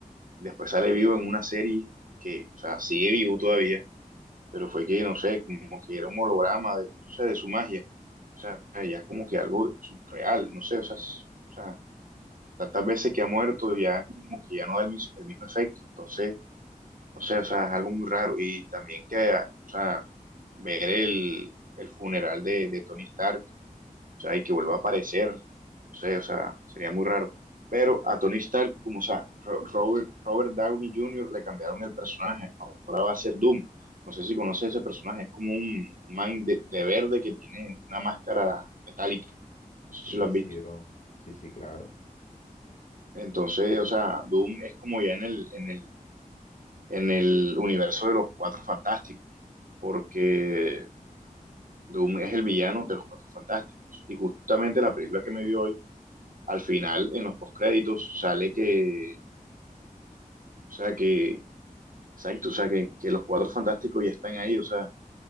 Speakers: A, on the right; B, on the left.
A: después sale vivo en una serie que, o sea, sigue vivo todavía, pero fue que, no sé, como que era un holograma de, o sea, de su magia. O sea, ya como que algo surreal, no sé, o sea, es- o sea, tantas veces que ha muerto, ya como que ya no da el, mis- el mismo efecto. Entonces, no sé, o sea, es algo muy raro. Y también que, ah, o sea, ver el, el funeral de, de Tony Stark, o sea, y que vuelva a aparecer, no sé, o sea, sería muy raro. Pero a Tony Stark, como, o sea, Ro- Robert, Robert Downey Jr. le cambiaron el personaje, ahora va a ser Doom. No sé si conoces ese personaje, es como un, un man de, de verde que tiene una máscara metálica, no sé
B: Sí,
A: si lo has
B: sí,
A: visto.
B: bro. Sí, sí, claro.
A: Entonces, o sea, Doom es como ya en el, en el, en el universo de los Cuatro Fantásticos, porque Doom es el villano de los Cuatro Fantásticos. Y justamente la película que me dio hoy, al final, en los postcréditos, sale que, o sea, que, exacto, o sea, que, que los Cuatro Fantásticos ya están ahí, o sea,